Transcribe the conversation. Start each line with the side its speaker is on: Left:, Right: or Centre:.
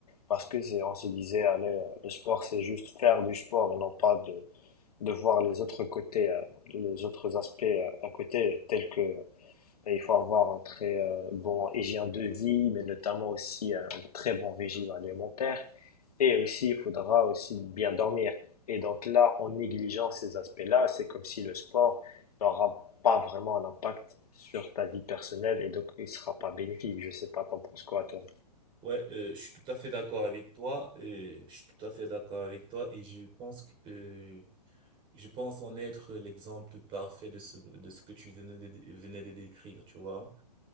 Left: parce que c'est, on se disait, allez, euh, le sport c'est juste faire du sport et non pas de, de voir les autres côtés, euh, les autres aspects euh, à côté, tels que et il faut avoir un très euh, bon hygiène de vie, mais notamment aussi euh, un très bon régime alimentaire. Et aussi, il faudra aussi bien dormir. Et donc là, en négligeant ces aspects-là, c'est comme si le sport n'aura pas vraiment un impact sur ta vie personnelle et donc il sera pas bénéfique. Je sais pas, t'en penses quoi, toi?
Right: Ouais, euh, je suis tout à fait d'accord avec toi. euh, je suis tout à fait d'accord avec toi et je pense que euh, je pense en être l'exemple parfait de ce de ce que tu venais de venais de décrire, tu vois.